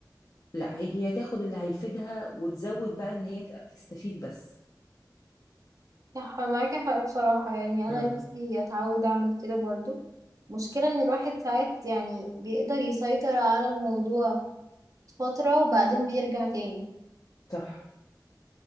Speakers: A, on the left (about 50°); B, on the right (about 50°).
A: لا هي تاخد اللي هيفيدها وتزود بقى ان هي تبقى بتستفيد بس
B: صح معاك حق بصراحة يعني أنا
A: امم
B: نفسي أتعود أعمل كده برضو مشكلة إن الواحد ساعات يعني بيقدر يسيطر على الموضوع فترة وبعدين بيرجع تاني
A: صح